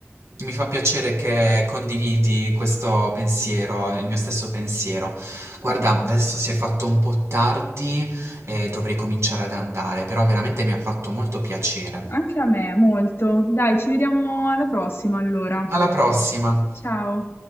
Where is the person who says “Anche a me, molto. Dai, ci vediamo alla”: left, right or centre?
Left